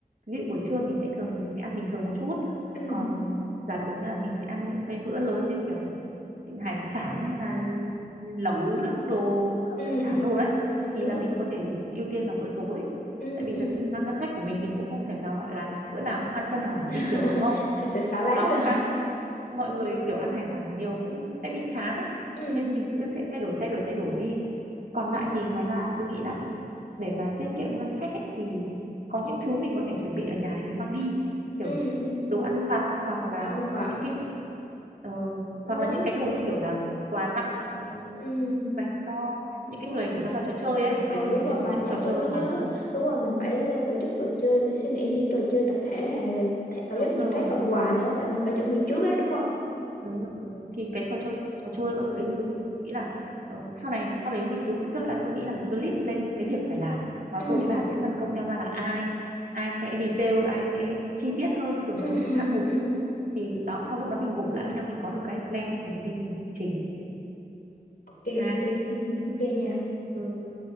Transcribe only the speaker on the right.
ví dụ buổi trưa mình sẽ thường mình sẽ ăn bình thường một chút
còn giả sử như là mình sẽ ăn những cái bữa lớn như kiểu hải sản hay là lẩu nước đồ lẩu
hải sản
đồ đấy
thì
là
mình có thể ưu tiên vào bữa tối
tại vì
thật ra ngân sách của mình thì cũng không thể nào gọi là bữa nào cũng ăn sơn hào hải
vị được đúng không
đó
với cái mọi người kiểu ăn hải sản nhiều cũng sẽ bị chán ấy
Cho nên mình cứ sẽ thay đổi thay đổi thay đổi đi còn lại
thì ngoài ra tôi nghĩ là để mà tiết kiệm ngân sách ấy, thì có những thứ mình có thể chuẩn bị ở nhà để mình mang đi kiểu
đồ ăn vặt hoặc là
những cái ờ,
hoặc là những cái đồ như kiểu là quà tặng ừm,
dành cho những cái
người kiểu tham gia trò chơi ấy
bởi vì
mình
sẽ
tổ chức
trò
chơi
mà
đúng
rồi
đúng rồi thì cái trò chơi trò chơi các thứ đấy thì tôi nghĩ là ờ, sau này sau đấy mình cứ tức là tôi nghĩ là mình cứ list lên những cái việc phải làm sau
đó tôi với bà sẽ phân công nhau ra là ai ai sẽ detail ai sẽ chi tiết hơn từng
cái
hạng mục
thì đó sau lúc đó mình gộp lại với nhau mình có được cái plan thì mình đi mình chỉnh
ha
ừ,